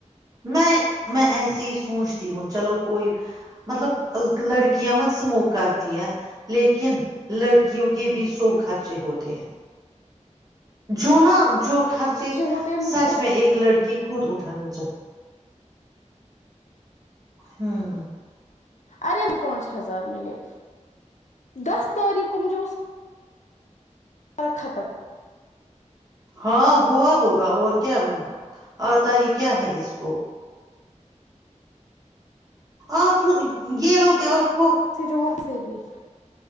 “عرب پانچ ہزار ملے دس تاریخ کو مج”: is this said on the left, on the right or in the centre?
Left